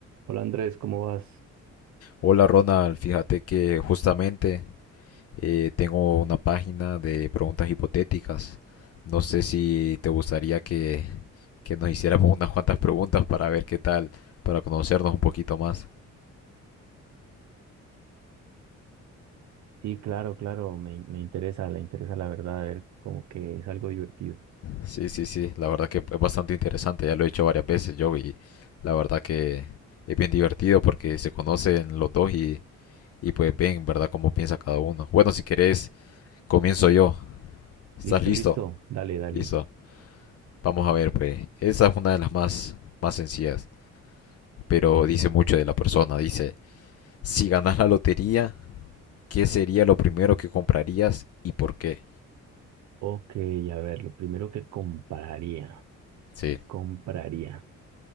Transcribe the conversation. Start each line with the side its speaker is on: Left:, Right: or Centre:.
Right: Hola Andrés, ¿cómo vas?
Left: Hola Ronald, fíjate que justamente eh, tengo una página de preguntas hipotéticas. No sé si te gustaría que, que nos hiciéramos unas cuantas preguntas para ver qué tal, para conocernos un poquito más.
Right: Sí, claro, claro, me, me interesa, le interesa la verdad, a ver, como que es algo divertido.
Left: Sí, sí, sí, la verdad que es bastante interesante, ya lo he hecho varias veces yo y la verdad que es bien divertido porque se conocen los dos y, y pues ven, ¿verdad?, cómo piensa cada uno. Bueno, si querés, comienzo yo. ¿Estás
Right: Listo,
Left: listo?
Right: listo, dale, dale.
Left: Listo. Vamos a ver, pues, esa es una de las más, más sencillas, pero dice mucho de la persona. Dice, si ganas la lotería, ¿qué sería lo primero que comprarías y por qué?
Right: Ok, a ver, lo primero que compraría,
Left: Sí,
Right: que compraría?